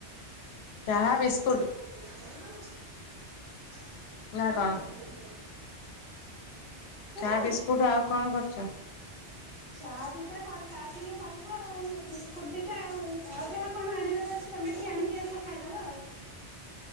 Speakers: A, on the left; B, on the right.
A: ଚାହା ବିସ୍କ
B: <unintelligible> <inaudible> ସେଇଟାରେ
A: ନା କଣ? ଚା
B: କରିବି?
A: ବିସ୍କୁଟ ଆଉ କଣ
B: ହଁ।
A: କରୁଛ?
B: ଚା ଦିଟା କର୍ ଚା ଟିକେ କରିବା ଆଉ। ବିସ୍କୁଟ ଦିଟା ଆଉ ଆଉ ଯାହା କଣ ଆଣିବାର ଅଛି ତମେ ଟିକେ ଆଣିକି ଆସ ଖାଇଦବା ଆଉ।